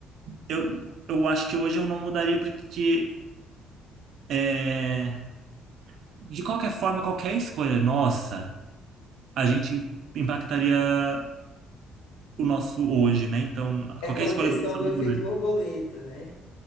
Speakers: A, on the right; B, on the left.
A: eu, eu acho que hoje eu não mudaria porque, é, de qualquer forma, qualquer escolha nossa, a gente impactaria o nosso hoje, né? Então,
B: É
A: qualquer
B: aquela
A: escolha
B: questão
A: do passado
B: do efeito
A: mudaria.
B: borboleta, né?